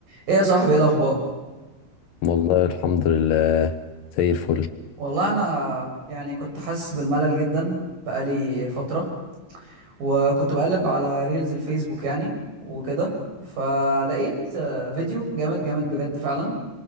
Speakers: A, on the right; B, on the left.
A: ايه يا صاحبي ايه الاخبار
B: والله الحمد لله زي الفل
A: والله انا يعني كنت حاسس بالملل جدا بقالي فتره وكنت بقلب على ريلز الفيسبوك يعني وكده فلقيت آه، فيديو جامد جامد بجد فعلا